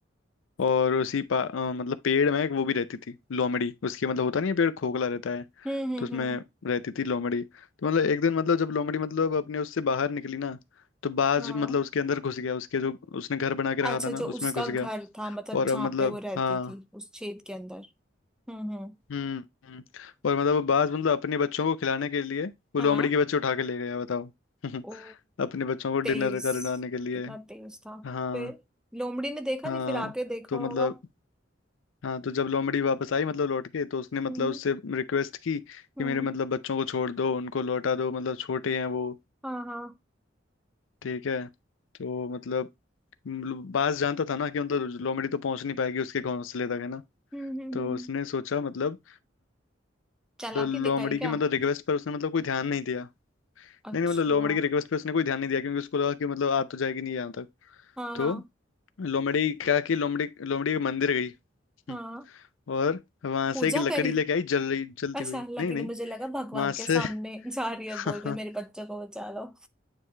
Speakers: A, on the left; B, in the centre.
A: और उसी पा अ, मतलब पेड़ में एक वो भी रहती थी लोमड़ी उसकी मतलब होता नहीं है पेड़ खोखला रहता है
B: हम्म हम्म
A: तो उसमें
B: हम्म
A: रहती थी लोमड़ी तो मतलब एक दिन मतलब जब लोमड़ी मतलब अपने उससे बाहर निकली ना तो बाज
B: हाँ
A: मतलब उसके अंदर घुस गया उसके जो उसने घर बना के रखा
B: अच्छा
A: था ना
B: जो
A: उसमें
B: उसका
A: घुस
B: घर
A: गया
B: था मतलब
A: और
B: जहाँ
A: अब मतलब
B: पे वो रहती
A: हाँ
B: थी उस छेद के अंदर हम्म हम्म
A: हम्म हम्म। और मतलब वो बाज मतलब अपने बच्चों को खिलाने के लिए वो
B: हाँ
A: लोमड़ी के बच्चे उठा के ले गया बताओ <laughs>
B: ओ
A: अपने बच्चों को डिनर
B: तेज
A: करवाने के लिए
B: कितना तेज था
A: हाँ
B: फिर लोमड़ी ने देखा
A: हाँ
B: नहीं फिर आके देखा
A: तो
B: होगा
A: मतलब हाँ तो जब लोमड़ी वापस आई मतलब लौट के तो उसने मतलब
B: हम्म
A: उससे रिक्वेस्ट की कि
B: हम्म
A: मेरे मतलब बच्चों को छोड़ दो उनको लौटा दो मतलब छोटे हैं वो
B: हाँ हाँ
A: ठीक है तो मतलब मतलब बाज जानता था ना कि मतलब लोमड़ी तो पहुंच नहीं पाएगी उसके घोंसले तक है ना
B: हम्म हम्म
A: तो
B: हम्म
A: उसने सोचा मतलब
B: चालाकी
A: मतलब लोमड़ी
B: दिखाई क्या
A: की मतलब रिक्वेस्ट पर उसने मतलब कोई ध्यान नहीं दिया
B: अच्छा
A: नहीं नहीं मतलब लोमड़ी की रिक्वेस्ट पर उसने कोई ध्यान नहीं दिया क्योंकि उसको लगा कि मतलब आ तो जाएगी नहीं यहाँ तक
B: हाँ
A: तो
B: हाँ
A: लोमड़ी क्या कि लोमड़ी लोमड़ी के मंदिर गई हम्म,
B: हाँ
A: और वहां
B: पूजा
A: से एक लकड़ी
B: करी
A: लेके आई जल रही जलती
B: अच्छा
A: हुई
B: लकड़ी
A: नहीं नहीं
B: मुझे लगा भगवान
A: वहां
B: के
A: से
B: सामने जा रही है
A: <laughs>
B: बोल रही है मेरे बच्चों को बचा लो <laughs>